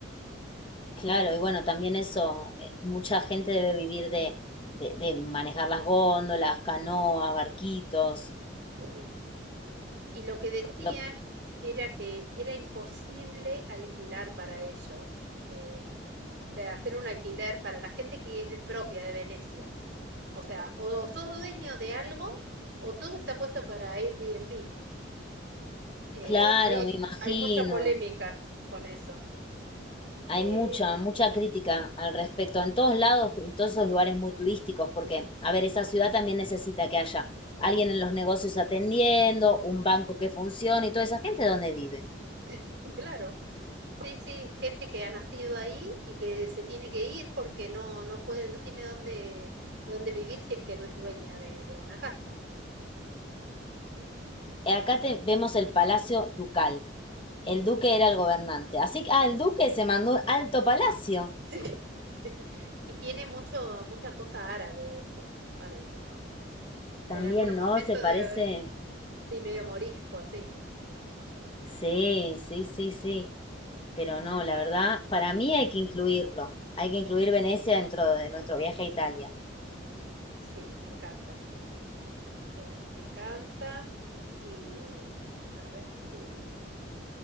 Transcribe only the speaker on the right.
Mm. Y lo que decían
era que era imposible alquilar para ellos, eh, o sea, hacer un alquiler para la gente que es de- propia de Venecia. O sea, o sos dueño de algo o todo está puesto para Airbnb. Eh,
hay,
hay mucha polémica con eso.
Eh,
<laughs> claro. Sí, sí, gente que ha nacido ahí y que se tiene que ir porque no, no puede, no tiene dónde, dónde vivir si es que no es dueña de, de una casa.
Sí. <laughs> Y tiene mucho, mucha cosa árabe eso, parece, ¿no?
En algún momento
debe haber, sí, medio morisco, así.
Sí, me encanta. Eh, me encanta. Y mm, a ver si,